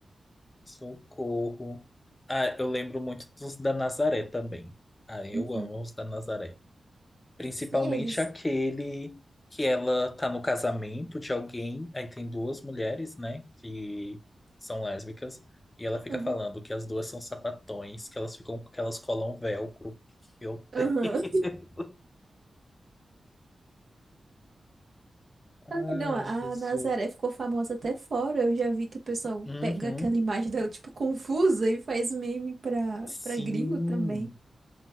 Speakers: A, on the left; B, on the right.
A: socorro. Ah, eu lembro muito dos da Nazaré também. Ah, eu
B: Uhum.
A: amo os da Nazaré. Principalmente
B: Sim, eles.
A: aquele que ela tá no casamento de alguém. Aí tem duas mulheres, né? Que são lésbicas. E ela fica
B: Aham,
A: falando que as duas são sapatões, que elas ficam, que elas colam velcro. Meu
B: Aham,
A: <laughs> Deus. Ai,
B: Ai, não, a
A: Jesus.
B: Nazaré ficou famosa até fora. Eu já vi que o pessoal
A: Uhum.
B: pega aquela imagem dela, tipo, confusa e faz meme pra,
A: Sim.
B: pra gringo também.